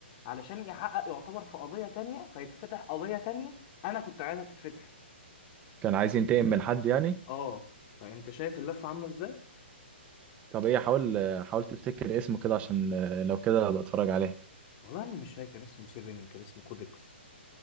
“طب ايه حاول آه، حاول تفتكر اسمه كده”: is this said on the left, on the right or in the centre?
Right